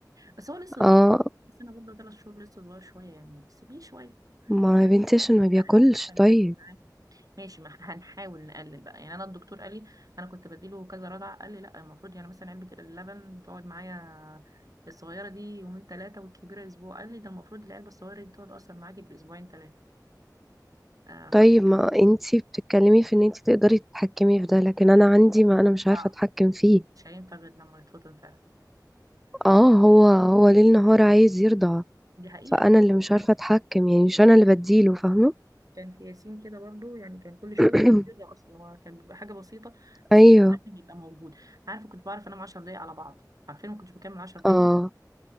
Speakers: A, on the right; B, in the centre.
A: بس هو لسه صغير
B: اه
A: بس انا برضه ثلاث شهور لسه صغير شويه يعني سيبيه شويه
B: ما يا بنتي عشان
A: خلي البيت
B: ما بياكلش
A: احاول ادخل الاكل
B: طيب
A: معاه ماشي ما ح- هنحاول نقلل بقى يعني انا الدكتور قال لي انا كنت بديله كذا رضع قال لي لا المفروض يعني مثلا علبه اللبن تقعد معايا الصغيره دي يومين ثلاثه والكبيره اسبوع قال لي ده المفروض العلبه الصغيره دي تقعد اصلا معاكي بالاسبوعين ثلاثه آه ف...
B: طيب ما انتي بتتكلمي في ان انتي تقدري تتحكمي في ده لكن انا عندي ما انا مش
A: صعب.
B: عارفة اتحكم فيه
A: مش هينفع غير لما تتفضل فعلا
B: اه هو هو ليل نهار عايز يرضع
A: دي حقيقه
B: فانا اللي مش
A: معاك
B: عارفة اتحكم يعني مش انا اللي بديله فاهمة
A: كان في ياسين كده برضو يعني كان كل شويه
B: <clears throat>
A: بيرجع اصلا هو كان بيبقى حاجه بسيطه بس
B: ايوه
A: لازم يبقى موجود عارفه كنت بعرف انام 10 دقايق على بعض عارفين ما كنتش بكمل 10 دقايق
B: اه